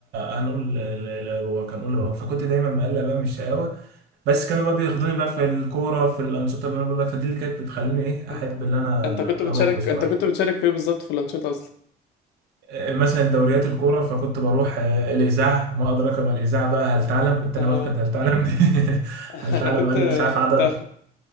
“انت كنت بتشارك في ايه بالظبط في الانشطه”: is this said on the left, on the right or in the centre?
Left